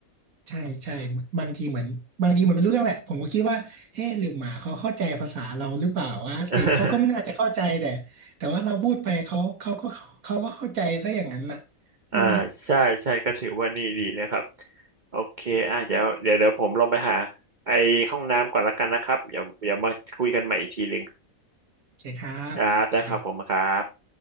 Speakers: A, on the right (about 80°); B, on the right (about 35°).
A: ใช่ใช่บางทีเหมือนบางทีเหมือนไม่รู้เรื่องแหละผมก็คิดว่าเอ๊ะหรือหมาเขาเข้าใจภาษาเราหรือเปล่าวะแต่เขาก็ไม่น่าจะเข้าใจแต่
B: <laughs>
A: แต่ว่าเราพูดไปเขาเขาก็เขาก็เข้าใจซะอย่างนั้นน่ะเออ
B: อ่าใช่ใช่ก็ถือว่านี่ดีนะครับโอเคอ่ะเดี๋ยวเดี๋ยวเดี๋ยวผมลงไปหาไอห้องน้ำก่อนละกันนะครับเดี๋ยวเดี๋ยวมาคุยกันใหม่อีกทีหนึ่ง
A: โอเคครับสวัสดี
B: ครับได้ครับผมครับ